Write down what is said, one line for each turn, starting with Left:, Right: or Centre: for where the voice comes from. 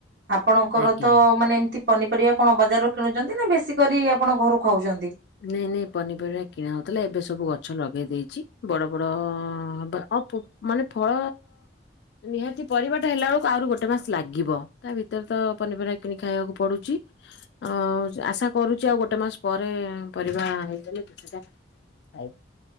Right: ଆପଣଙ୍କର
Left: ଆଜ୍ଞା।
Right: ତ ମାନେ ଏମତି ପନିପରିବା କଣ ବଜାରରୁ କିଣୁଚନ୍ତି ନା ବେଶୀ କରି ଆପଣ ଘରୁ ଖାଉଛନ୍ତି?
Left: ନାଇଁ ନାଇଁ ପନିପରିବା କିଣା ହଉଥିଲା ଏବେ ସବୁ ଗଛ ଲଗେଇ ଦେଇ ଚି। ବଡ ବଡ ଅ ବା ଅଫ୍ ମାନେ ଫଳ ନିହାତି ପରିବାଟା ହେଲା ବେଳକୁ ଆହୁରି ଗୋଟେ ମାସ ଲାଗିବ। ତା ଭିତରେ ତ ପନିପରିବା କିଣି ଖାଇବାକୁ ପଡୁଛି। ଆଉ ଆଶା କରୁଚି ଆଉ ଗୋଟେ ମାସ ପରେ ପରିବା ହେଇଗଲେ କିଛିଟା ଖାଇବ।